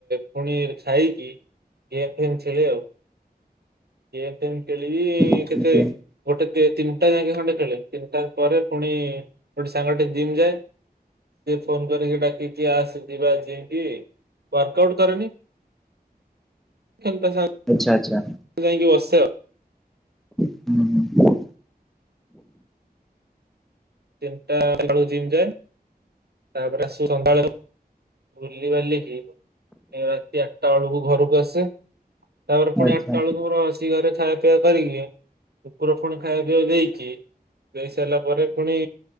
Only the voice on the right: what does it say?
ପୁଣି ଖାଇକି ଗେମ୍ ଫେମ୍ ଖେଳେ ଆଉ। ଗେମ୍ ଫେମ୍ ଖେଳିବି
କେତେ। ଗୋଟେ ତିନ୍‌ଟା----ଖଣ୍ଡେ ଖେ ତିନିଟା ପରେ ପୁଣି ଗୋଟେ ସାଙ୍ଗଟେ ଜିମ୍ ଯାଏ। ଫୋନ୍ କରିକି ଡ଼ାକି <inaudible>
<inaudible>
<inaudible> ବୁଲି ବାଲିକି ରାତି ଆ--ଟା ବଳକୁ ଘରୁକୁ ଆସେ। ତା'ପରେ ପୁଣି
ଆ--ଟା ବଳକୁ ମୋର ଖାଇବା ପିଇବା କରିକି ଣି ଖାଇବା ପିଇବା କୁ ଦେଇକି ଦେଇ ସା ପରେ ପୁଣି